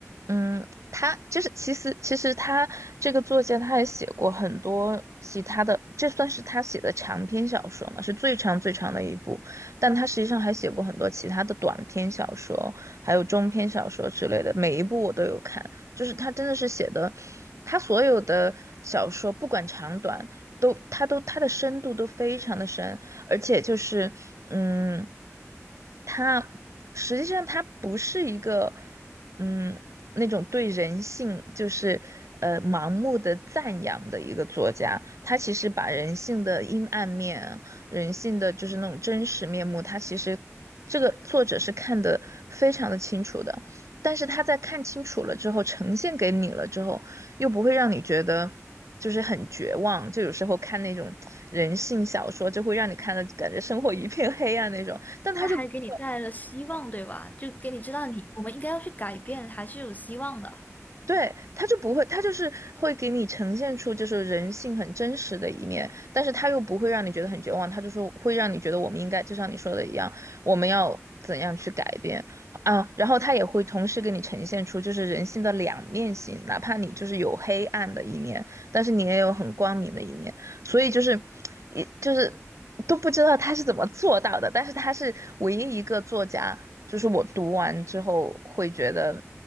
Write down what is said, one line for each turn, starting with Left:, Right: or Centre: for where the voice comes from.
Right: 嗯，他就是其实其实他这个作家他也写过很多其他的，这算是他写的长篇小说嘛，是最长最长的一部，但他实际上还写过很多其他的短篇小说，还有中篇小说之类的，每一部我都有看，就是他真的是写的，他所有的小说不管长短。都，他都，他的深度都非常的深，而且就是，嗯，他实际上他不是一个，嗯，那种对人性就是呃盲目的赞扬的一个作家，他其实把人性的阴暗面、人性的就是那种真实面目，他其实这个作者是看得非常的清楚的。但是他在看清楚了之后，呈现给你了之后，又不会让你觉得就是很绝望。就有时候看那种人性小说，就会让你看的感觉生活一片黑暗那种，但他就不会。
Left: 那还给你带来了希望，对吧？就给你知道你我们应该要去改变，还是有希望的。
Right: 对，他就不会，他就是会给你呈现出就是人性很真实的一面，但是他又不会让你觉得很绝望，他就说会让你觉得我们应该就像你说的一样，我们要怎样去改变啊，然后他也会同时给你呈现出就是人性的两面性，哪怕你就是有黑暗的一面，但是你也有很光明的一面。所以就是，也就是都不知道他是怎么做到的，但是他是唯一一个作家，就是我读完之后会觉得，